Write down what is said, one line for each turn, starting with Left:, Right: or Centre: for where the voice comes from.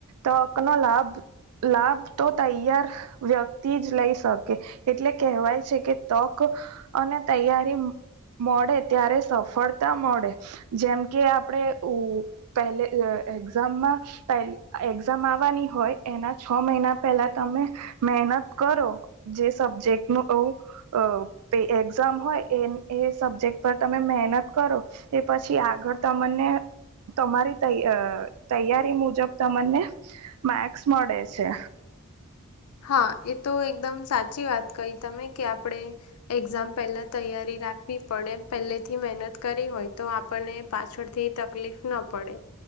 Right: તકનો લાભ લાભ તો તૈયાર વ્યક્તિ જ લઈ શક કે એટલે કહેવાય છે કે, તક અને તૈયારી મળે ત્યારે સફળતા મળે. જેમ કે આપણેે ઉ પહેલે અ એક એઝામમાં એક્ઝામ આવવાની હોય એના છ મહિના પહેલા તમે મહેનત કરો જે સબ્જેક્ટનું ઓ અ એક્ઝામ હોય એ એ સબ્જેક્ટ પર તમે મહેનત કરો, એ પછી આગળ તમને તમારી તેં અ તૈયારી મુજબ તમને માક્સ મળે છે.
Left: હા એ તો એકદમ સાચી વાત કહી તમે કે, આપણે એક્ઝામ પહેલા તૈયારી રાખવી પડે. પહેલેથી મહેનત કરી હોય તો આપ પણને પાછળથી તકલીફ ન પડે.